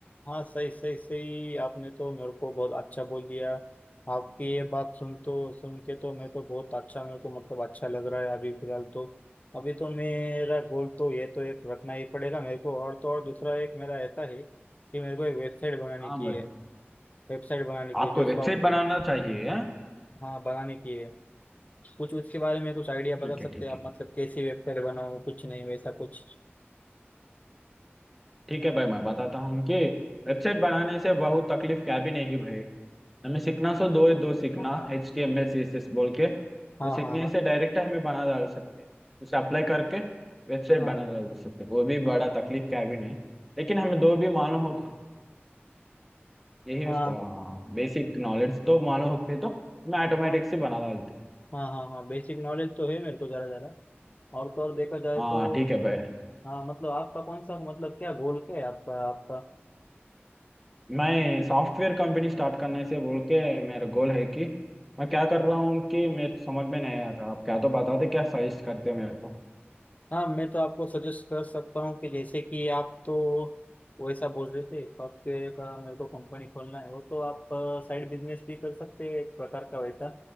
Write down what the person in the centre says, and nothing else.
हाँ
भाई
आपको
वेबसाइट बनाना चाहिए हाँ?
ठीक
है ठीक
है
ठीक है भाई मैं बताता हूँ कि वेबसाइट बनाने से बहुत तकलीफ क्या भी नहीं भाई हमें सीखना सो दो
दो सीखना एच टी एम एल सी एस एस बोल के तो
सीखने
से डायरेक्ट हमें बना डाल सकते हैं। उसे अप्लाई करके वेबसाइट
बना डाल सकते हैं। वो भी बड़ा तकलीफ क्या भी नहीं लेकिन
हमें दो भी मालूम हो यही
उसका बेसिक नॉलेज तो मालूम हो के तो मैं ऑटोमेटिक
से बना डालते
हाँ
ठीक है भाई
मैं सॉफ्टवेयर कंपनी स्टार्ट करने से बोल के मेरा गोल है कि मैं क्या कर रहा हूँ कि मेरे को समझ में नहीं आ रहा आप क्या तो बताते क्या सजेस्ट करते मेरे को